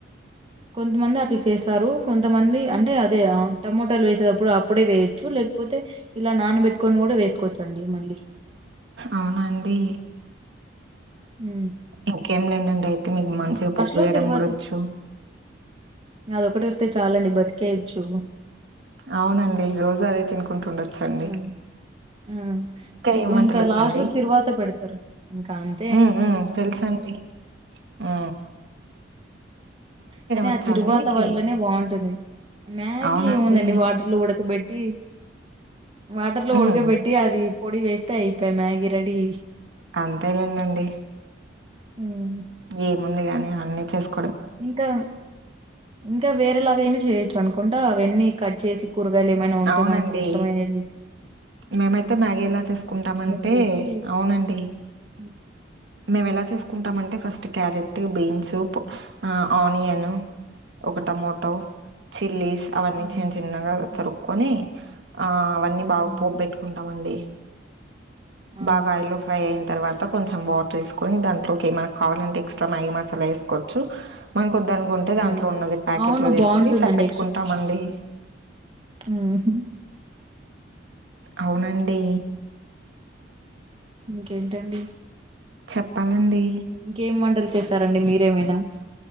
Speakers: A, on the right; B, on the right.
A: కొంతమంది అట్లా చేస్తారు కొంతమంది అంటే అదే టమోటాలు వేసేట ప్పుడు అప్పుడే వేయొచ్చు లేకపోతే ఇలా నానబెట్టుకొని కూడా వేసుకోవచ్చండి మళ్ళీ
B: అవునా అండి
A: ఉ
B: ఇంకేం లేండండి అయితే మీకు మంచిగా పప్పు
A: లో
B: చేయడం
A: తిరువాత
B: కూడా వచ్చు
A: అదొకటి వస్తే చాలండి బతికేయచ్చు
B: అవునండి రోజు అదే తినుకుంటుండొచ్చండి
A: హ్మ్ ఆ తిరు
B: ఏం వంటలొచ్చండి?
A: ఇంకా లాస్ట్ లో తిరువాత పెడతారు ఇంకా అ
B: ఉ ఉ తెలుసండి ఆ
A: కానీ
B: వచ్చా
A: ఆ తిరువాత
B: అండి మీకి?
A: వల్లనే బాగుంటుంది మ్యాగీ
B: అవునండి.
A: ఏముందండి వాటర్ లో ఉడకబెట్టి వాటర్ లో
B: హ్మ్.
A: ఉడకబెట్టి అది పొడి వేస్తే అయిపోఏ మ్యాగీ రెడీ
B: అంతేలెండి అండి
A: ఊహు
B: ఏముంది లే అని అన్ని చేసుకో
A: ఇంకా ఇంకా వేరేలాగైనా చేయొచ్చు అనుకుంట అవన్నీ కట్ చేసి కూరగాయలు ఏమైనా ఉంటే
B: అవునండి.
A: మనకి ఇష్టమైనటివి
B: మేమైతే మ్యాగీ ఎలా చేసుకుంటామంటే
A: చేసి
B: అవునండి
A: హ్మ్
B: మేము ఎలా చేసుకుంటామంటే ఫస్ట్ క్యారెట్ బీన్సూప్ ఆ ఆనియన్ ఒక టమాటో చిల్లీస్ అవన్నీ
A: హ్మ్
B: చిన్న చిన్నగా
A: హ్మ్
B: తరుగ్ కోని ఆ అవన్నీ బాగా
A: హ్మ్.
B: పోపు పెట్టుకుంటామండి
A: ఆ
B: బాగా ఆయిల్లో ఫ్రై అయిన తర్వాత కొంచెం వాటర్ వేసుకొని దాంట్లోకి మనకి కావాలంటే ఎక్స్ట్రా మ్యాగీ మసాలా వేసుకోవచ్చు మనాకోద్దనుకుంటే
A: ఆ
B: దాంట్లో ఉన్నది ప్యాకెట్లో
A: అవును
B: ది
A: బాగుంటుందండి
B: ఏసుకొని సరిపెట్టుకుంటాము అండి.
A: ఉహ్
B: అవునండి
A: ఇంకేంటండి
B: చెప్పాలండి
A: ఇంకేమి వంటలు చేసారండి మీరేమైనా